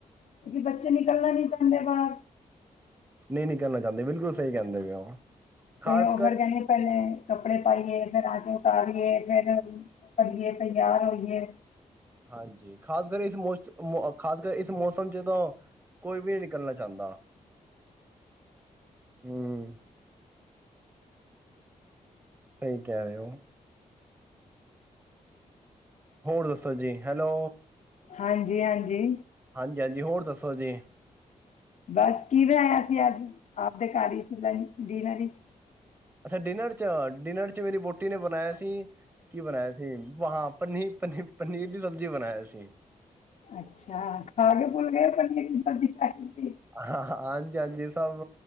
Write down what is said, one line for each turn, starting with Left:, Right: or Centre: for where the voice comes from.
Left: ਕਿਉਂਕਿ ਬੱਚੇ ਨਿਕਲਣਾ ਨੀ ਚਾਹੁੰਦੇ ਬਾਹਰ
Right: ਨਹੀਂ ਨਿਕਲਨਾ ਚਾਹੁੰਦੇ ਬਿਲਕੁਲ ਸਹੀ ਕਹਿੰਦੇ ਪਏ ਹੋ ਖਾਸ
Left: ਤੇ ਉਹ
Right: ਕਰ
Left: ਫਿਰ ਕਹਿਣਗੇ ਪਹਿਲੇ ਕੱਪੜੇ ਪਾਈਏ ਫਿਰ ਆ ਕੇ ਉਤਾਰੀਏ ਫਿਰ ਉਤਾਰੀਏ ਤਿਆਰ ਹੋਏ
Right: ਹਾਂਜੀ ਖਾਸ ਕਰ ਇਸ ਖ਼ਾਸ ਕਰ ਇਸ ਮੌਸਮ ਚ ਤਾਂ ਕੋਈ ਵੀ ਨਹੀਂ ਨਿਕਲਣਾ ਚਾਹੁੰਦਾ ਹੂੰ ਸਹੀ ਕਹਿ ਰਹੇ ਹੋ ਹੋਰ ਦੱਸੋ ਜੀ ਹੈਲੋ
Left: ਹਾਂਜੀ ਹਾਂਜੀ
Right: ਹਾਂਜੀ ਹਾਂਜੀ ਹੋਰ ਦੱਸੋ ਜੀ
Left: ਬਸ ਕਿਵੇਂ ਆਇਆ ਸੀ ਅੱਜ ਆਪਦੇ ਘਰ ਹੀ <unintelligible> ਡਿਂਨਰ
Right: ਅੱਛਾ ਡਿਂਨਰ ਚ ਡਿਨਰ ਮੇਰੀ ਵਹੁਟੀ ਨੇ ਬਣਾਇਆ ਸੀ ਕੀ ਬਣਾਇਆ ਸੀ ਹਾਂ ਪਨੀਰ ਪਨੀਰ ਦੀ ਸਬਜ਼ੀ ਬਣਾਈ ਸੀ
Left: ਅੱਛਾ ਖਾ ਕੇ ਭੁੱਲ ਗਏ ਪਨੀਰ ਦੀ ਸਬਜ਼ੀ ਖਾਈ ਸੀ
Right: ਹਾਂ ਹਾਂਜੀ ਹਾਂਜੀ ਸਭ